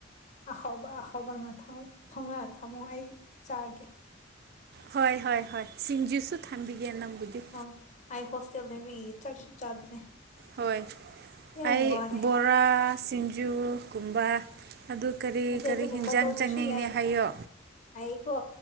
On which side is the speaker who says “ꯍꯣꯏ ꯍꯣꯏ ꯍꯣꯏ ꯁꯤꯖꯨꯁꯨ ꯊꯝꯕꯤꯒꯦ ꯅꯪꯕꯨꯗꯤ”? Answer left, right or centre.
Right